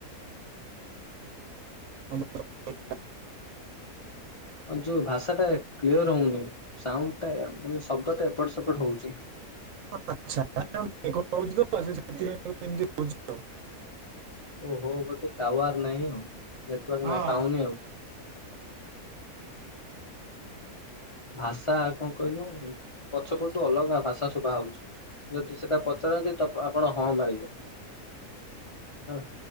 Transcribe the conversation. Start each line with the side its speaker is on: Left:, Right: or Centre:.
Right: <unintelligible>
Left: ଯୋଉ ଭାଷା ଟା କ୍ଲିୟର ହଉନି ସାଉଣ୍ଡ ଟା ମାନେ ଶବ୍ଦ ଟା ଏପଟ ସେପଟ ହଉଛି।
Right: <unintelligible>
Left: ଓ ହୋ ମତେ ଟୱାର ନାହିଁ ଆଉ ନେଟୱର୍କ
Right: ହ୍ୟାଲୋ
Left: ନାଇ ପାଉନି ଆଉ। ଭାଷା କଣ କହିଲୁ ପଛ ପଠୁ ଅଲଗା ଭାଷା ଶୁଭା ହଉଚଛି ଯଦି ସେଟା ପଚାରନ୍ତି ତ ଆପଣ ହଁ ମାରିବେ। ହ